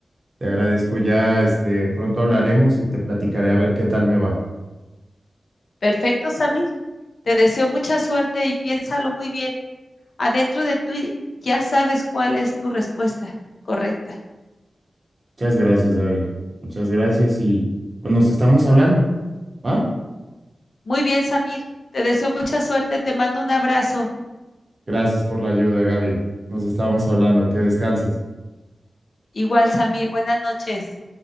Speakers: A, on the right; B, on the left.
A: Te agradezco ya, este, pronto hablaremos y te platicaré a ver qué tal me va.
B: Perfecto, Samir. Te deseo mucha suerte y piénsalo muy bien. adentro de ti ya sabes cuál es tu respuesta correcta.
A: Muchas gracias, Gaby. Muchas gracias y pues nos estamos hablando, ¿va?
B: Muy bien, Samir. Te deseo mucha suerte, te mando un abrazo.
A: Gracias por la ayuda, Gaby. Nos estamos hablando. Que descanses.
B: Igual, Samir, buenas noches.